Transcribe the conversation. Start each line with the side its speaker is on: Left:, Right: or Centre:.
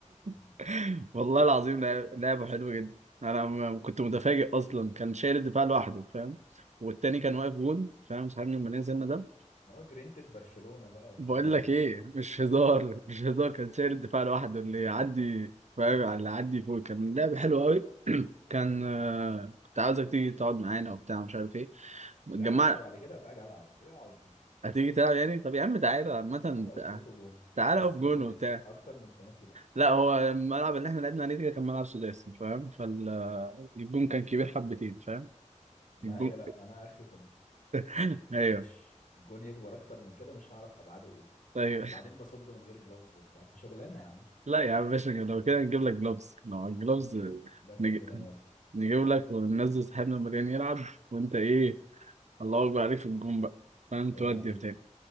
Left: مم.
Right: <laughs> والله العظيم لعب- لعبة حلوة جدا انا م- كنت متفاجئ اصلا كان شايل الدفاع لوحده فاهم والتاني كان واقف جون فاهم صاحبنا لما نزلنا ده
Left: اه جرينتد برشلونة بقى وبتاع
Right: بقول
Left: مجنون
Right: لك ايه
Left: برضه.
Right: مش هزار مش هزار كان شايل الدفاع لوحده اللي يعدي فاهم على اللي يعدي فوق كان لعبة حلوة قوي كان آه، كنت عاوزك تيجي تقعد معانا وبتاع مش عارف ايه اتجمعنا
Left: لا يا باشا انا بعد كده ابقى اجي العب إيه اقعد دي
Right: هتيجي تلعب يعني طب يا عم تعالى عامة
Left: هاجي اقف
Right: تع-
Left: لكم جون
Right: تعالى
Left: بس
Right: اقف جون
Left: في خماسي
Right: وبتاع
Left: اكتر من خماسي لا
Right: لا هو الملعب اللي احنا لعبنا عليه ده كان ملعب سداسي فاهم فالجون كان كبير حبتين فاهم
Left: ما
Right: الجون
Left: هي لا انا اخري خماسي
Right: <laughs> ايوه
Left: معلش الجون يكبر اكتر من كده مش هعرف ابعاده ايه
Right: ايوه
Left: وبعدين بصد من غير جلوفز وبتاع فشغلانه يا عم
Right: لا يا عم باشا لو كده نجيب لك جلوفز لو على الجلوفز
Left: إز- بس
Right: نجيب,
Left: كده نودي
Right: نجيب لك وننزل صاحبنا مريان يلعب وانت ايه الله اكبر عليك في الجون بقى فاهم
Left: عيب
Right: تودي
Left: عليك
Right: بتاعي